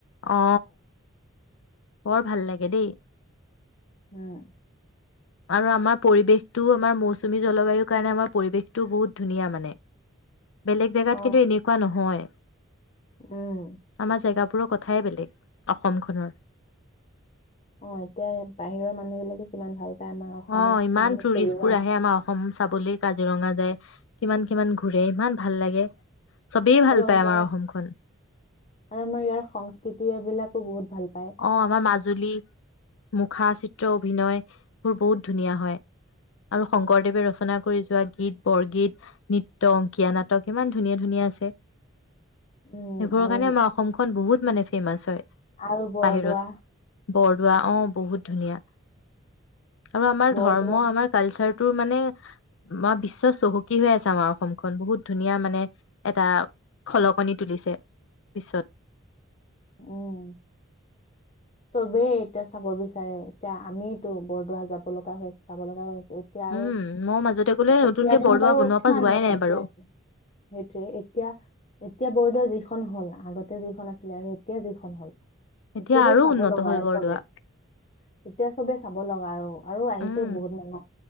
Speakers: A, on the left; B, on the left.
A: অ বৰ ভাল লাগে দেই
B: উম
A: আৰু আমাৰ পৰিৱেশটোও আমাৰ মৌচুমী জলবায়ুৰ কাৰণে আমাৰ পৰিৱেশটোও বহুত ধুনীয়া মানে বেলেগ জেগাত
B: অ
A: কিন্তু এনেকোৱা নহয়
B: উম
A: আমাৰ জেগাবোৰক কথাই বেলেগ অসমখনৰ
B: অ এতিয়া বাহিৰৰ মানুহ বিলাকে কিমান ভাল পায় আমাৰ অসমত
A: অ ইমান
B: মানে
A: টুৰিষ্টবোৰ
B: ফুৰিব
A: আহে আমাৰ অসম চাবলে কাজিৰঙা যায় কিমান কিমান ঘুৰে ইমান ভাল লাগে চবেই
B: আৰু
A: ভাল
B: আমাৰ
A: পায়
B: আৰু
A: অসমখন
B: আমাৰ ইয়াৰ সংস্কৃতিয়া বিলাকো বহুত ভাল পায়
A: অ আমাৰ মাজুলী মুখা চিত্ৰ অভিনয়বোৰ বহুত ধুনীয়া হয় আৰু শংকৰদেৱে ৰচনা কৰি যোৱা গীত বৰগীত নৃত্য অংকীয়া নাটক ইমান ধুনীয়া ধুনীয়া আছে সেইবোৰৰ
B: উম আৰু
A: কাৰণে আমাৰ অসমখন বহুত মানে ফেমাচ হয়
B: আৰু বৰদোৱা
A: বাহিৰত বৰদোৱা অ বহুত ধুনীয়া আৰু আমাৰ
B: বৰদোৱা
A: ধৰ্ম আমাৰ কালচাৰ তোৰ মানে আমাৰ বিশ্ব চহকী হৈ আছে আমাৰ অসমখন বহুত ধুনীয়া মানে এটা খলকনি তুলিছে বিশ্বত
B: উম চবেই এতিয়া চাব বিচাৰে এতিয়া আমিতো বৰদোৱা যাব লগা হয় চাব লগা হয় এতিয়া আৰু
A: উম মই মাজতে গলে
B: এতিয়াাৰ
A: নতুনকে
B: দিনত
A: বৰদোৱা
B: আৰু
A: বনোৱাৰ
B: কিমান
A: পৰা যোৱাই
B: উন্নতি
A: নাই বাৰু
B: আছে সেইটোৱে এতিয়া এতিয়া বৰদোৱা যিখন হ'ল আগতে যিখন আছিলে আৰু এতিয়া যিখন হ'ল
A: এতিয়া
B: এতিয়াতো
A: আৰু
B: চাব
A: উন্নত
B: লগা
A: হ'ল
B: আৰু
A: বৰদোৱা
B: চবেই এতিয়া চবেই চাব লগা আৰু আৰু আহিছেও
A: উম
B: বহুত মানুহ